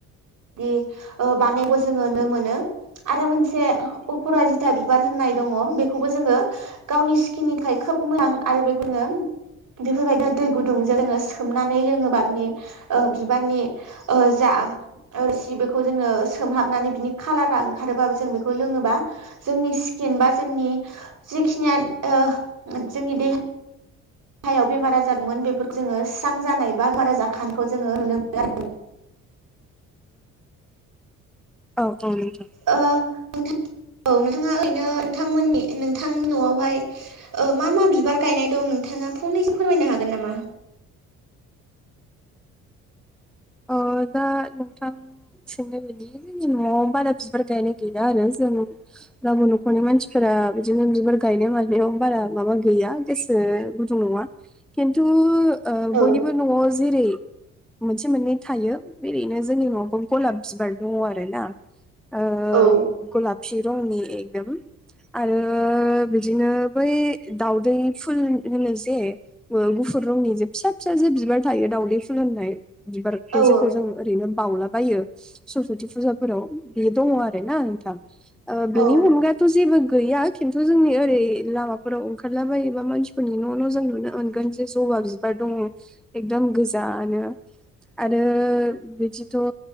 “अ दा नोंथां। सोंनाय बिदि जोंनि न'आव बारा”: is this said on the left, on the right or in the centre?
Centre